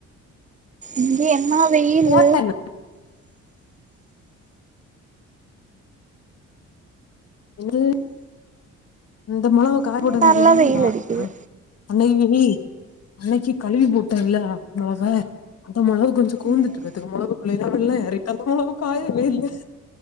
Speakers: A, on the right (about 25°); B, on the left (about 55°).
A: இங்க என்னா வெயிலு
B: போறேன். இரு இந்த மொளக காயபோட்ட
A: இங்க
B: நேரம்
A: நல்லா
B: என்ன
A: வெயில்
B: மழ
A: அடிக்குது
B: அன்னைக்கி அன்னைக்கி கழுவி போட்டோல்ல மொளக அந்த மொளகு கொஞ்சோ கூந்துட்டு
A: ம்
B: பாத்துகோ மொளகு <unintelligible> காயவே இல்ல